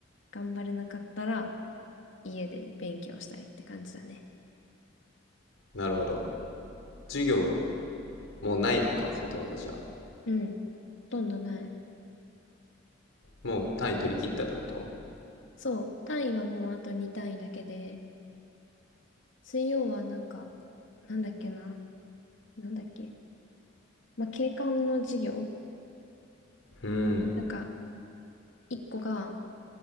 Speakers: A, on the left (about 70°); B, on the left (about 85°).
A: 頑張れなかったら家で勉強したりって感じだね。
B: なるほど。授業もうないのか、ほとんどじゃあ。
A: うん。ほとんどない。
B: もう単位取り切ったってこと
A: そう。単位はもうあと2単位だけで、水曜はなんか、なんだっけな。なんだっけ。まあ、景観の授業。
B: うん、
A: なんか、一個が、